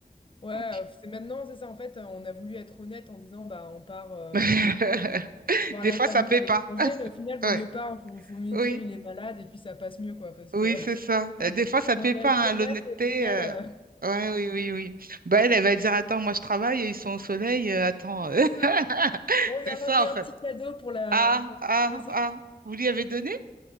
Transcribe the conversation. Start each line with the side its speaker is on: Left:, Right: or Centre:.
Left: Ouais,
Right: ok.
Left: euh, c'est maintenant, c'est ça. En fait, euh, on a voulu être honnête en disant, bah, on part euh,
Right: <laughs>
Left: voir
Right: Des
Left: la
Right: fois,
Left: famille
Right: ça paie
Left: à l'étranger,
Right: pas.
Left: mais au final, vaut
Right: Ouais.
Left: mieux pas, vaut, vaut mieux
Right: Oui,
Left: dire il est malade et puis ça passe mieux, quoi, parce
Right: oui,
Left: que
Right: c'est
Left: <laughs>
Right: ça. Euh, Des fois, ça paie
Left: on va
Right: pas,
Left: être honnête
Right: hein, l'honnêteté.
Left: et au final,
Right: euh,
Left: euh,
Right: Ouais, oui, oui, oui. Bah, elle, elle va dire, attends, moi, je travaille, ils sont au soleil, euh, attends.
Left: <laughs>
Right: euh.
Left: c'est ça.
Right: <laughs>
Left: On lui
Right: C'est
Left: a ramené
Right: ça, en
Left: un
Right: fait.
Left: petit cadeau pour la.
Right: Ah,
Left: pour-
Right: ah,
Left: <laughs>
Right: ah. Vous lui avez donné?